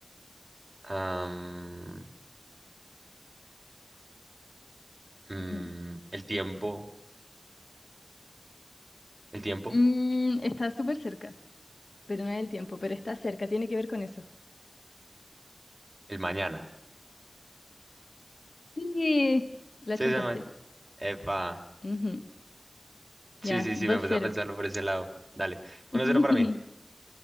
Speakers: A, on the right; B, on the left.
A: Am, mm,
B: Ujú.
A: el tiempo, el tiempo,
B: Mm, está súper cerca, pero no es el tiempo, pero está cerca, tiene que ver con eso.
A: el mañana.
B: Sí, la
A: Sí,
B: chantaste.
A: sí, ma- Epa.
B: Ujú,
A: Sí,
B: Ya,
A: sí,
B: dos
A: sí, me puse
B: 0
A: a pensarlo por ese lado. Dale, uno
B: <laughs>
A: cero para mí.